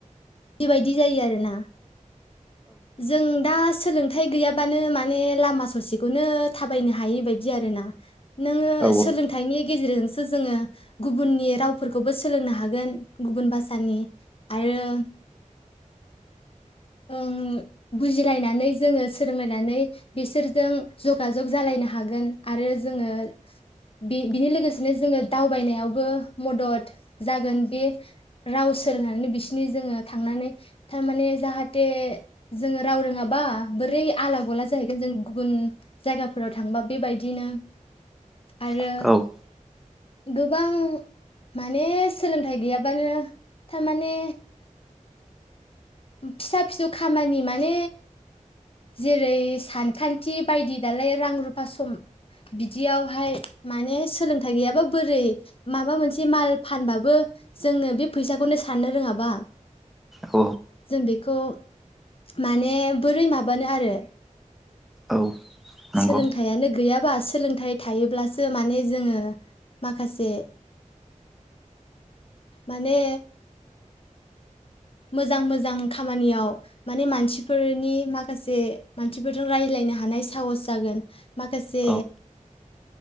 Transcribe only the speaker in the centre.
औ
औ
औ
औ। नंगौ
औ